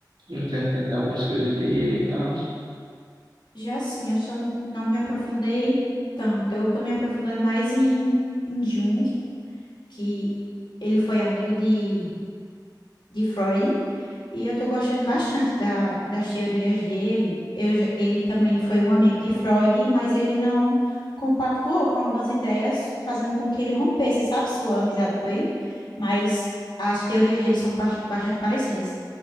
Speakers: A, on the right (about 85°); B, on the left (about 75°).
A: interpretar algumas coisas dele e tal?
B: Já sim, eu só não me aprofundei tanto. Eu estou me aprofundando mais em, em Jung, que ele foi amigo de, de Freud, e eu estou gostando bastante da, das teorias dele. Eu, já- ele também foi um amigo de Freud, mas ele não compactuou com algumas ideias, fazendo com que ele rompesse, sabe, sua amizade com ele. Mas as teorias dele são ba- bastante parecidas.